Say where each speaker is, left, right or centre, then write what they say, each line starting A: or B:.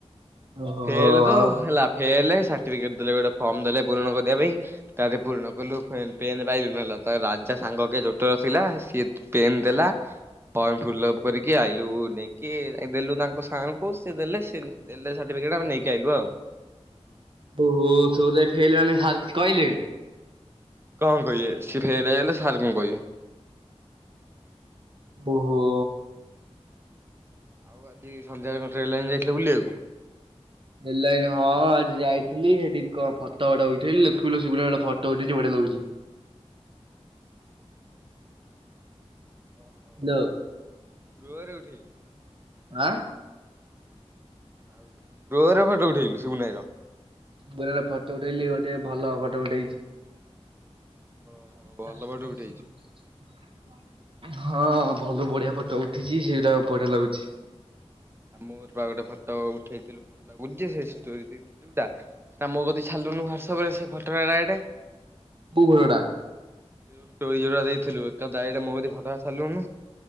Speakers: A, on the right; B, on the right.
A: ଓହୋ
B: ଫେଲ୍‌ ତ
A: ଆଉ
B: ହେଲା ଫେଲ ସାଟିପିକେଟ ଦେଲେ ଗୋଟେ ଫର୍ମ ଦେଲେ ପୂରଣ କରିବା ପାଇଁ। ତାର ପୂରଣ କଲୁ ପେନ୍ ପାଇଲୁନୁ ହେଲା ତ ରାଜା ସାଙ୍ଗ କେ ଜୋଟର ଥିଲା ସିଏ ପେନ୍ ଦେଲା ଫର୍ମ ଫିଲ୍ଅପ କରିକି ଆଇଲୁ ନେଇକି ଦେଲୁ ତାଙ୍କ ସାଙ୍ଗଙ୍କୁ ସେ ଦେଲେ ସେ ଦେଲେ ସାର୍ଟିଫିକେଟ୍ ଆମେ ନେଇକି ଆଇଲୁ ଆଉ।
A: <unintelligible>
B: କଣ କହିବେ ସି ଫେଲ ହେଇଗଲେ ସାର୍ କଣ କହିବେ?
A: ଓହୋ।
B: ଆଉ ଆଜି ସନ୍ଧ୍ୟାାରେ କଁ ଟ୍ରେନ୍ ଲାଇନ୍ ଯାଇଥିଲେ ବୁଲିବାକୁ।
A: ହେଲାନି ହଁ ଆଜି ଯାଇଥିଲି ସେଠି କଣ ଫଟ ଗୋଡା ଉଠେଇଲି ଖୁ ଗୋଟେ ଫଟୋ ଉଠେଇଛି ବଢିଆ ଲାଗୁଛି।
B: ଓହୋ।
A: ଲୋ।
B: ରୁହରେ ଉଠେଇଲି।
A: ଆଁ।
B: ଆଉ ଡୋରେ ଫଟୋ ଉଠେଇଲୁ ଶୁଭୁନାଇର।
A: ବୁରା ର ଫଟୋ ଉଠେଇଲି ଗୋଟେ ଭଲ ଫଟୋ ଉଠେଇଛି।
B: ଓହୋ
A: <inaudible>
B: ଭଲ ଫଟୋ ଉଠେଇଛୁ।
A: ହଁ ଭଲ ବଢିଆ ଫଟୋ ଉଠିଛି ସେଇଟା ଆ ବଢିଆ ଲାଗୁଛି।
B: ଆଉ ମୋର ବା ଗୋଟେ ଫଟୋ ଉଠେଇଥିଲୁ ଭଲ ଲାଗୁ ଯେ ସେ ଷ୍ଟୋରି ଦେଇଥିଲ ଯୋଉଟା। ତା ମୋ କତିକି ଛାଲୁନୁ ହ୍ୱାଟସଆପ ରେ ସେ ଫଟୋ ଏଟା।
A: କୋଉ ଫଟଟା?
B: ତୁ ଜୁ ଷ୍ଟରି ଯୋଟା ଦେଇଥିଲୁ ଏକା ଦାଈଟା ମୋ ଫଟା ଛାରିଲୁନୁ।